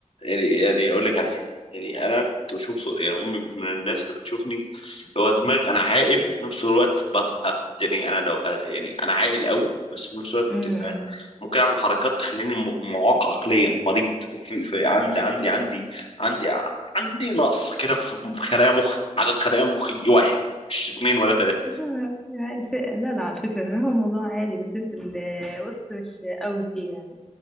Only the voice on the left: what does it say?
يعني يعني اقول لك على حاجه يعني انا كنت بشوف صو- يعني امي بت- من الناس اللي بتشوفني اللي هو دماغ انا عاقل وفي نفس الوقت ببقى يعني انا لو يعني انا عاقل قوي بس في نفس الوقت
بتبقى ممكن اعمل حركات تخليني م- معاق عقليا مريض في, في عندي عندي عندي عندي عندي نقص كده في في خلايا مخي عدد خلايا مخي واحد مش اتنين ولا تلاته